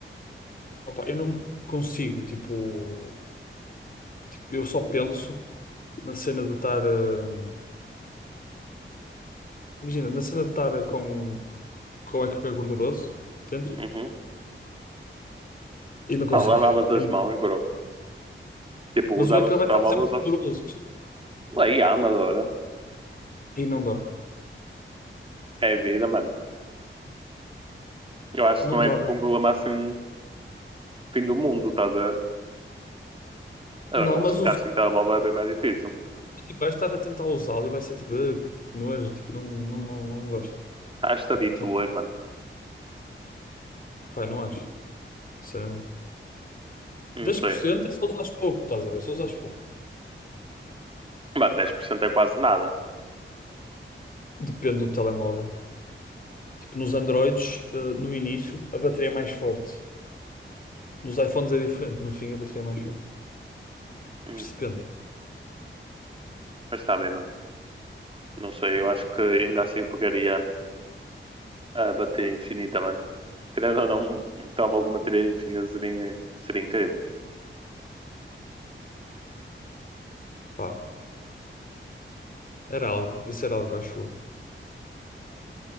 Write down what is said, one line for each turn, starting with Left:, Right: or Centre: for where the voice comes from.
Left: Opa, eu não consigo, tipo. Eu só penso na cena de estar. hum, imagina, na cena de estar com, com o ecrã gorduroso, entendes?
Right: uhum.
Left: E não
Right: Não,
Left: consigo.
Right: lavavas as
Left: É muito-
Right: mãos, bro. Tipo, usavas
Left: mas o ecrã
Right: o
Left: vai
Right: telemóvel,
Left: estar sempre
Right: usavas.
Left: gorduroso.
Right: Aí, há mas olha,
Left: E não dá.
Right: é a vida, mano. Eu acho
Left: Não
Right: que não
Left: dá.
Right: é tipo um problema assim, fim do mundo, estás a ver? Agora,
Left: Não,
Right: eu acho
Left: mas
Right: que ficar
Left: os.
Right: sem telemóvel é bem mais difícil.
Left: Tipo, vais estar a tentar usá-lo e vai ser tipo, "Ah, que nojo, tipo, não, não, não, não gosto.
Right: Acho que te habituas,
Left: Tipo,
Right: mano.
Left: Pai, não acho, sinceramente.
Right: Não
Left: dez
Right: sei.
Left: por cento é só usares pouco, estás a ver? É só usares pouco.
Right: Mano, dez por cento é quase nada.
Left: Depende do telemóvel. Tipo, nos Androids, eh, no início, a bateria é mais forte. Nos iPhones é diferente, no fim a bateria é mais forte.
Right: Hum,
Left: Percebendo.
Right: mas está bem, mano. Não sei, eu acho que ainda assim eu pegaria a bateria infinita, mano. Tirando ou não um um telemóvel com bateria infinita seria, seria incrível.
Left: Pá, era algo. Isso era algo, acho eu.